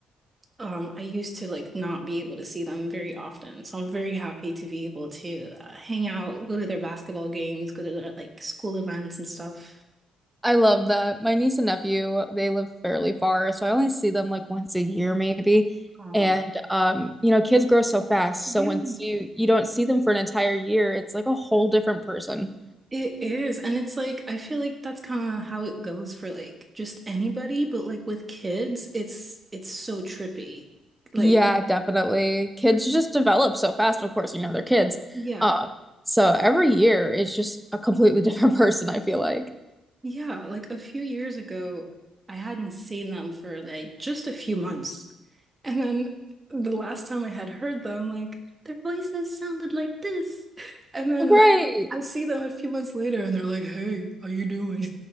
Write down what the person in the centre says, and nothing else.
I love that. My niece and nephew, they live fairly far, so I only see them like once a year maybe.
And um, you know, kids grow so fast,
so once you you don't see them for an entire year, it's like a whole different person.
Yeah, definitely. Kids just develop so fast, of course, you know, they're kids.
Um, so every year it's just a completely <laughs> different person, I feel like.
Right.